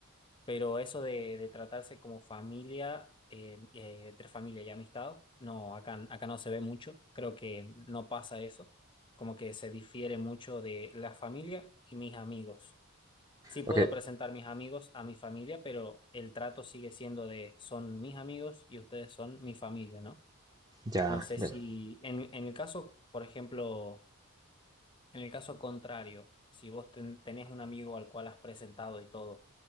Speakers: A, on the left; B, on the right.
A: Pero eso de, de tratarse como familia, eh, eh, entre familia y amistad, no, acá, acá no se ve mucho. Creo que no pasa eso. Como que se difiere mucho de la familia y mis amigos. Sí puedo
B: Ok,
A: presentar mis amigos a mi familia, pero el trato sigue siendo de son mis amigos y ustedes son mi familia, ¿no?
B: ya,
A: No sé
B: bien.
A: si en, en el caso, por ejemplo en el caso contrario, si vos ten- tenés un amigo al cual has presentado y todo,